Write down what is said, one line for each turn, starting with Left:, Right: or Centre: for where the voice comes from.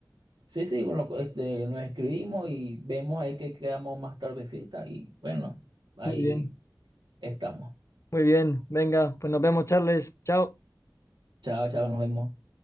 Right: Sí, sí, con lo- este, nos escribimos y vemos ahí que quedamos más tardecita y bueno, ahí
Left: Muy bien,
Right: estamos.
Left: muy bien, venga, pues nos vemos, Charles, chao.
Right: Chao, chao, nos vemos.